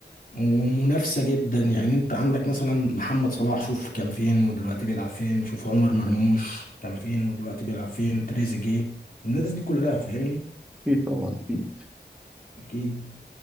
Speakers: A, on the left; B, in the centre.
A: ومنافسه جدا يعني انت عندك مثلا محمد صلاح شوف كان فين ودلوقتي بيلعب فين شوف عمر مرموش كان فين ودلوقتي بيلعب فين تريزيجيه الناس دي كلها فاهمني
B: أكيد طبعا أكيد
A: اكيد